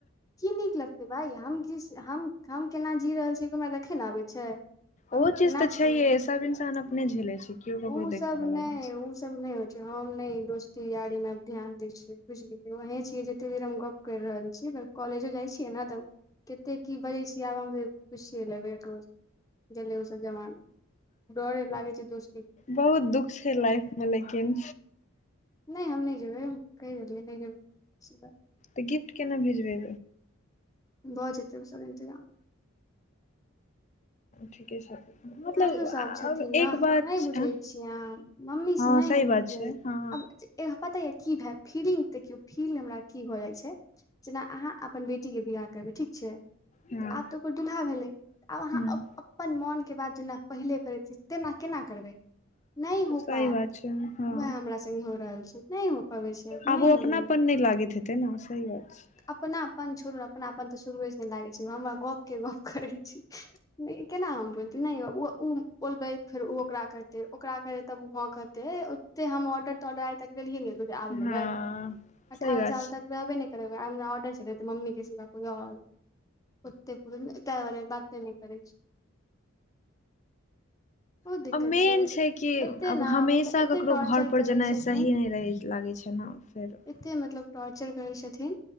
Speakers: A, on the left; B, on the left.
A: की नीक लगतै भाई हम हम केना जी रहल छियैरा देखै ल आबै छै हम
B: ओह चीज
A: केना
B: तऽ छैहे
A: छियै
B: सब इंसान अपने झेले छै केओ ककरो
A: ओ
B: देखय
A: सब
B: वाला नहि छै
A: ओ सब नहि होइ छै हम ने दोस्ती यारी मे ध्यान देय छीयै बुझ गेलिय वहीं छी जते देर हम गप केर रहल छियै कॉलेजो जाइ छियै ने तऽ कतेक की बजै छियै आब हम जे पुछिए लेबै रोज गेलय ओसभ जमाना डरे लागै छै दोस्त
B: बहुत दुःख छै लाइफ मे लेकिन
A: नहि हम नहि जेबै कहि देलियै नहि जेबै
B: तऽ गिफ्ट केना भेजबै
A: भऽ जेतै ओ सब एन्तज
B: ठीके छै मतलब
A: भाइयो
B: आब
A: साहब छथिन
B: एक
A: ने
B: बात
A: नहि
B: छै।
A: बुझैत
B: आँ?
A: छियै अहाँ मम्मीसँ
B: हँ
A: नहि
B: सही
A: हम
B: बात
A: बतियै
B: छै हँ
A: पता यऽ की भए फीलिंग देखियौ फील हमरा की भऽ जाइ छै जेना अहाँ अपन बेटी के बियाह करबै ठीक छै
B: हँ
A: आब तऽ ओकर दुूल्हा भेलै आब अहाँ
B: ह
A: अपन मोन के बाद जेना पहिले करै तेना केना करबै नहि हो
B: सही
A: पायत
B: बात छै हँ
A: वएह हमरा हो रहल छै नहि हो पबै छै
B: आब
A: नहि
B: ओ अपनापन
A: हमर
B: नहि लागैत हेतै ने सही बात छै
A: अपनापन छोड़ू अपनापन तऽ शुरुए ने लागे छै हमरा गप के गप करै छी केना होम बेले नहि ओ बोलबैत फेर ओ ओकरा करतै ओकरा करत तब ओ हाँ कहतै एते हम ऑर्डर तऽर्डर आइ तकिए जे आब
B: हँ
A: लेबै अठारह
B: सही बात
A: साल
B: छै
A: तक करबे नहि करबै आ हमरा ऑर्डर छललेतै मम्मीक के सिवाे आओर ओत्ते पुर त बारे बात त नहि करै छै बहुत दिक्कत
B: मेन छै कि
A: एते
B: आब
A: ने
B: हमेशा
A: मतलब एते
B: ककरो
A: टॉर्चर
B: घर पर
A: करै
B: जेनाइ
A: छथिन
B: सही नहि रहै लागैत छै ने फेर <inaudible>
A: कते मतलब टॉर्चर करै छथिन